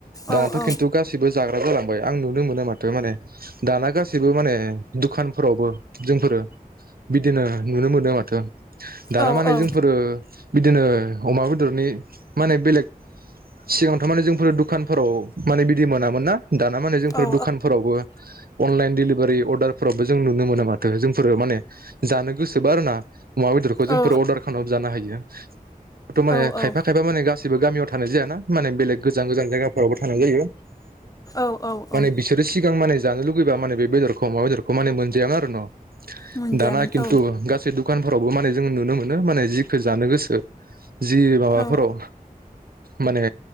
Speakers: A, on the left; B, on the right.
A: औ
B: दानाथ'
A: औ
B: खिन्थु गासिबो जाग्रा जालां बाय आं नुनो मोनो माथो माने दाना गासि बो माने दुखानफोरावबो जोंफोरो बिदिनो नुनो मोनो माथो दाना
A: औ
B: माने
A: औ
B: जोंफोरो बिदिनो अमा बेदरनि माने बेलेग सिगांथ' माने जोंफोर दुखानफोराव माने बिदि मोनामोन ना दाना माने जोंफोर
A: औ
B: दुखानफोरावबो अनलाइन डेलिभारि अर्डारफोरावबो जों नुनो मोनो माथो जोंफोरो माने जानो गोसोबा आरोना अमा बेदरखौ जोंफोर
A: औ
B: अर्डार खालामनाबाबो जानो हायो बेथ' माने
A: औ
B: खायफा खायफा माने गासै बो गामियाव थानाय जाया ना माने बेलेग गोजान गोजान जायगाफोरावबो थानाय जायो
A: औ औ
B: माने
A: औ
B: बिसोरो सिगां माने जानो लुगैबा माने बेदरखौ अमा बेदरखौ माने मोनजायामोन आरो न
A: मोनजायामोन
B: दाना खिन्थु
A: औ
B: गासै दु खानफोरावबो माने जों नुनो मोनो माने जिखौ जानो गोसो। जि माबाफोराव
A: औ
B: माने